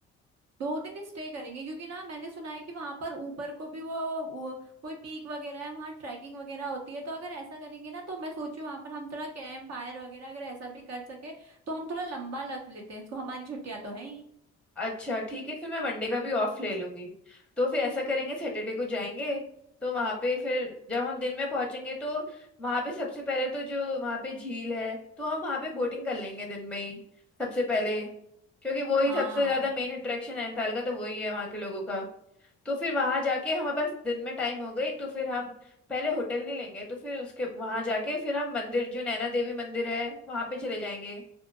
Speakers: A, on the right (about 60°); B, in the centre.
A: दो दिन स्टे करेंगे क्योंकि ना मैंने सुना है कि वहां पर ऊपर को भी वो, वो कोई पीक वगैरह है वहां ट्रैकिंग वगैरह होती है तो अगर ऐसा करेंगे ना तो मैं सोचू वहां पर हम थोड़ा कैंप फायर वगैरह अगर ऐसा भी कर सके तो हम थोड़ा लंबा रख लेते हैं इसको हमारी छुट्टियां तो है ही
B: अच्छा ठीक है फिर मैं मंडे का भी ऑफ ले लूंगी तो फिर ऐसा करेंगे सैटरडे को जाएंगे तो वहां पे फिर जब हम दिन में पहुंचेंगे तो वहां पे सबसे पहले तो जो वहां पे झील है तो हम वहां पे बोटिंग कर लेंगे दिन में ही सबसे पहले क्योंकि वो ही
A: हाँ
B: सबसे ज्यादा मेन अट्रैक्शन है नैनीताल का तो वही है वहाँ के लोगों का तो फिर वहां जाके हमारे पास दिन में टाइम हो गई तो फिर हम पहले होटल नहीं लेंगे तो फिर उसके वहां जाके फिर हम मंदिर जो नैना देवी मंदिर है वहां पे चले जाएंगे